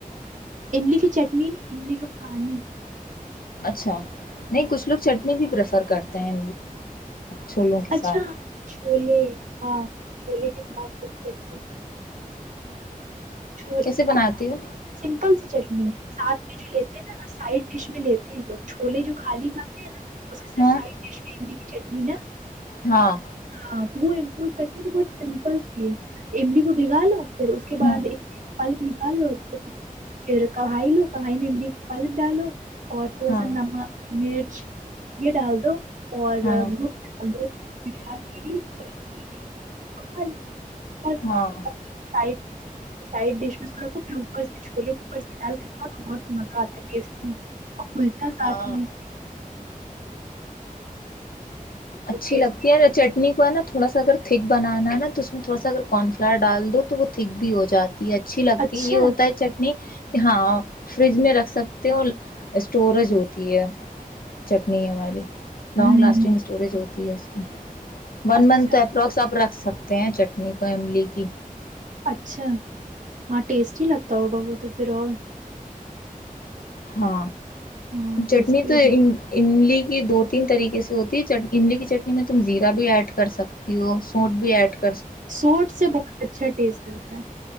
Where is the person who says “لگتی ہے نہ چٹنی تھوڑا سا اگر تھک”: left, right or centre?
Left